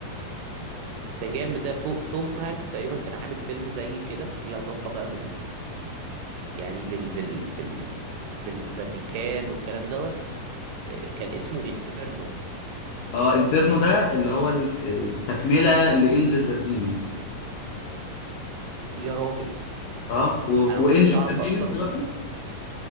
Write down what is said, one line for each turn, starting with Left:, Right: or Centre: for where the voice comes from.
Right: ده جامد ده تو... توم هانكس تقريبا كان عامل فيلم زي كده ليه علاقة بقى بال يعني بال بال بال بالفاتيكان والكلام دوت آه، كان اسمه انفيرنو
Left: اه انفيرنو ده اللي هو ال- آه، تكمله لانجلز اند ديمونز
Right: يا راجل
Left: اه و...
Right: انا ما
Left: وانجلز
Right: كنتش اعرف
Left: اند ديمونز
Right: اصلا